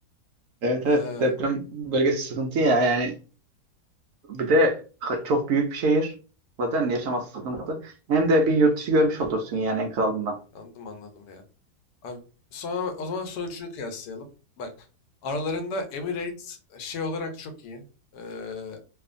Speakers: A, on the right; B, on the left.
A: Evet
B: Ee,
A: evet deprem bölgesi sıkıntı ya yani. Bir de ha- çok büyük bir şehir. Zaten yaşaması sıkıntı. Hem de bir yurt dışı görmüş olursun yani en kralından.
B: anladım anladım ya. Abi, sonra, o zaman son üçünü kıyaslayalım. Bak aralarında Emirates şey olarak çok iyi. Ee,